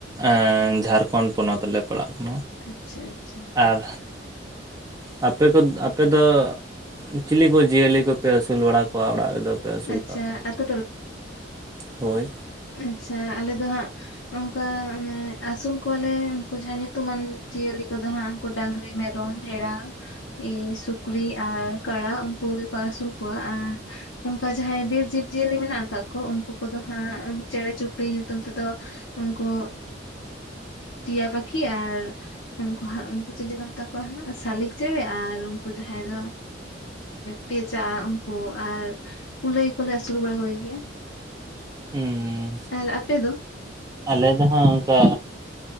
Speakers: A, on the right; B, on the left.
A: ᱮᱸ ᱡᱷᱟᱲᱠᱷᱚᱸᱰ ᱯᱚᱱᱚᱛᱞᱮ ᱯᱟᱲᱟᱜ ᱠᱟᱱᱟ᱾
B: ᱟᱪᱪᱷᱟ ᱟᱪᱪᱷᱟ
A: ᱟᱨ ᱟᱯᱮ ᱠᱚᱫ ᱟᱯᱮ ᱫᱚ ᱪᱤᱞᱤᱠ ᱠᱚ ᱡᱤᱭᱟᱹᱞᱤ ᱠᱚᱯᱮ ᱟᱹᱥᱩᱞ ᱵᱟᱲᱟ ᱠᱚᱣᱟ ᱚᱲᱟᱜ ᱨᱮᱫᱚ? ᱯᱮ ᱟᱹᱥᱩᱞ
B: ᱟᱪᱪᱷᱟ
A: ᱟᱠᱟᱫ ᱠᱚᱣᱟ
B: ᱟᱛᱳ
A: ᱦᱳᱭ᱾
B: ᱟᱪᱷᱟ ᱟᱞᱮ ᱫᱚ ᱦᱟᱸᱜ᱾ ᱚᱱᱠᱟ ᱚᱱᱮ ᱟᱹᱥᱩᱞ ᱠᱚᱣᱟᱞᱮ ᱩᱱᱠᱩ ᱡᱟᱦᱟᱸ ᱧᱩᱛᱩᱢᱟᱱ ᱡᱤᱭᱟᱹᱞᱤ ᱠᱚᱫᱚ ᱦᱟᱸᱟᱜ᱾ ᱰᱟᱝᱨᱤ, ᱢᱮᱨᱚᱢ, ᱵᱷᱮᱲᱟ᱾ ᱮ ᱥᱩᱠᱨᱤ ᱟᱨ ᱠᱟᱲᱟᱟ ᱩᱱᱠᱩ ᱜᱮᱠᱚ ᱟᱹᱥᱩᱞ ᱠᱚᱣᱟ ᱟᱨ᱾ ᱚᱱᱠᱟ ᱡᱟᱦᱟᱸᱭ ᱵᱤᱨ ᱡᱤᱵ ᱡᱤᱭᱟᱹᱞᱤ ᱢᱮᱱᱟᱜ ᱟᱠᱟᱫ ᱠᱚ ᱩᱱᱠᱩ ᱠᱚᱫᱚ ᱦᱟᱸᱜ᱾ ᱪᱮᱬᱮ ᱪᱩᱯᱲᱤ ᱧᱩᱛᱩᱢ ᱛᱮᱫᱚ ᱩᱱᱠᱩ ᱴᱤᱭᱟ ᱯᱟᱠᱷᱤ ᱟᱨ᱾ ᱩᱱᱠᱩ ᱦᱟᱸᱜ ᱩᱱᱠᱩ ᱪᱤᱞᱤ ᱠᱚ ᱢᱮᱛᱟ ᱠᱚᱣᱟ ᱦᱜ ᱥᱟᱞᱤᱠ ᱪᱮᱬᱮ ᱟᱨ ᱩᱱᱠᱩ ᱡᱟᱦᱟᱸᱭ ᱫᱚ᱾ ᱯᱮᱪᱟ ᱩᱱᱠᱩ ᱟᱨ ᱠᱩᱞᱟᱹᱭ ᱠᱚᱞᱮ ᱟᱹᱥᱩᱞ ᱵᱟᱲᱟ ᱜᱮᱭᱟ᱾
A: ᱦᱩᱸ᱾
B: ᱟᱨ ᱟᱯᱮ ᱫᱚ᱾
A: ᱟᱞᱮ ᱫᱚ ᱦᱟᱜ ᱚᱱᱠᱟ᱾